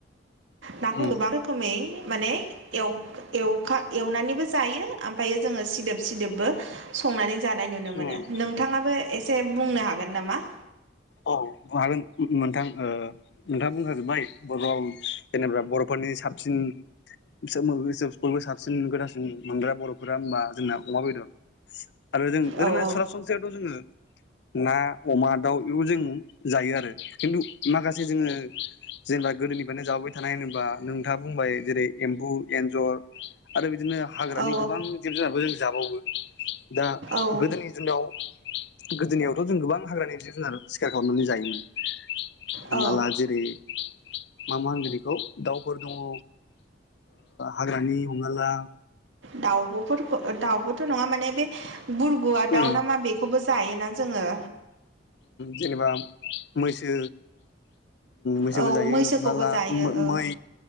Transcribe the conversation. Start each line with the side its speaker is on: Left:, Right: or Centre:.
Right: नाखौ
Left: उम
Right: गोबां रोखोमै माने एव एवखा एवनानैबो जायो ओमफ्रायो जोङो सिदोब सिदोबबो संनानै जानाय नुनो मोनो
Left: उम
Right: नोंथाङाबो एसे बुंनो हागोन नामा?
Left: अ औ हागोन नोंथां ओ नोंथाङा बुंखाजोब्बाय बर' जेनेबा बर'फोरनि साबसिन उम बिसोर मोगोन <unintelligible> साबसिन गोथांसिन मोनग्रा बर'फोरा होमबा जोंना अमा बेदर आरो जों
Right: औ
Left: ओरैनो
Right: औ
Left: सरासनस्रायावथ' जोङो ना अमा दाउ बेबो जों जायो आरो खिन्थु माखासे जोङो जेनेबा गोदोनि जाबोबाय थानाय होनोबा नोंथाङा बुंबाय जेरै एम्बु एन्जर आरो बिदि बिदिनो हाग्रानि
Right: औ
Left: गोबां जिब जुनारखौ जों जाबावो दा
Right: औ औ
Left: गोदोनि जुनाव गोदोनियावथ' जों गोबां हाग्रानि जिब जुनार सिखार हरनानै जायोमोन हमना
Right: औ
Left: ला जेरै मा मा होनगोन बेखौ दाउफोर दङ हाग्रानि हमाब्ला
Right: दाउबोफोरखौ दाउबोथ' नङा माने बे गुरगुवआ दाउ
Left: उम
Right: ना मा बेखौबो ज जायोना जोङो
Left: जेनेबा मैसो मैसोबो
Right: औ
Left: जायो
Right: मैसोखौबो
Left: हमना ला
Right: जायो ओ
Left: मै